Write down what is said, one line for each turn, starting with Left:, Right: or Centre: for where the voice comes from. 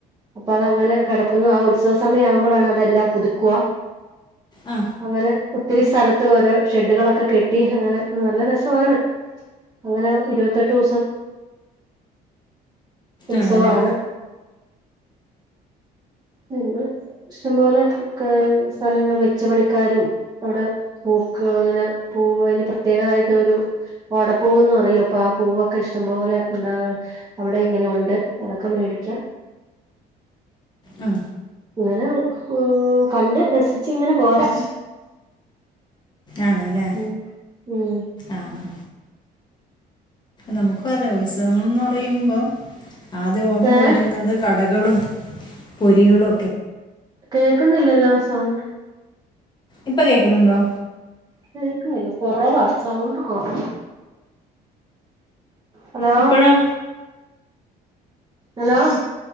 Right: അപ്പൊ അതങ്ങനെ കെട ക്കുന്നു ആ ഉത്സവ സമയം ആവുമ്പോഴാണ് അതെല്ലാം പുതുക്കുവ.
Left: ആ
Right: അങ്ങനെ ഒത്തിരി സ്ഥലത്ത് ഓരോ ഷെഡുകളൊക്കെ കെട്ടി അങ്ങനെ നല്ല രസവാണ്. അങ്ങനെ ഇരുപത്തെട്ട് ദൂസം ഉത്സവാണ്.
Left: ആണല്ലേ
Right: അങ്ങനെ ഇഷ്ടംപോലെ ക്കെ സ്ഥലങ്ങൾ വെച്ച് പണിക്കാരും അവിടെ പൂക്ക് അങ്ങനെ പൂവ് അതിന് പ്രത്യേകായിട്ട് ഒരു ഓടപ്പൂവന്ന് പറയും അപ്പൊ ആ പൂവൊക്കെ ഇഷ്ടംപോലെ ഉണ്ടാ അവിടെ ഇങ്ങനെ ഉണ്ട് അതൊക്കെ മേടിക്ക.
Left: ആ
Right: ഇങ്ങനെ കണ്ട് രസിചിങ്ങനെ പോരാ.
Left: ആണ് ല്ലേ
Right: ഉം ഉം
Left: ആഹ് നമുക്കു അതെ ഉത്സവങ്ങൾന്ന് പറയുമ്പോ ആദ്യം ഓർമ്മ
Right: ഏഹ്
Left: വരുന്നത് കട ളും പൊരികളു
Right: കേക്കുന്നില്ലല്ലോ സൗണ്ട്.
Left: ഇപ്പ കേക്കുന്നുണ്ടോ?
Right: കേക്കുന്നില്ല കൊറവ സൗണ്ട് കൊറവ. ഹലോ
Left: ഇപ്പോഴോ
Right: ഹലോ?